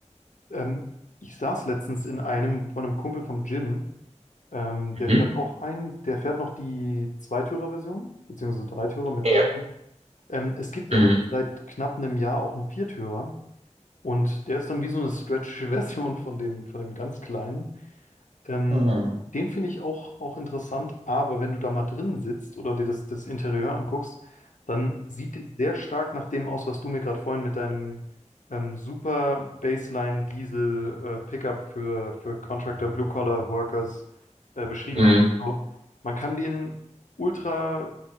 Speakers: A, on the left (about 90°); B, on the right (about 60°).
A: Ähm, ich saß letztens in einem von einem Kumpel vom Gym, ähm,
B: Mhm.
A: der fährt auch ein, der fährt noch die Zweitürer-Version, beziehungsweise Dreitürer mit
B: Ja.
A: Ähm, es gibt
B: Mhm.
A: aber jetzt seit knapp einem Jahr auch einen Viertürer und der ist dann wie so eine Stretch-Version von dem, von dem ganz kleinen. Ähm,
B: Mhm.
A: den finde ich auch, auch interessant, aber wenn du da mal drin sitzt oder dir das, das Interieur anguckst, dann sieht es sehr stark nach dem aus, was du mir gerade vorhin mit deinem ähm, super Baseline Diesel äh, Pickup für, für Contractor Blue Collar Workers äh, beschrieben
B: Mhm.
A: hast. Also, man kann den ultra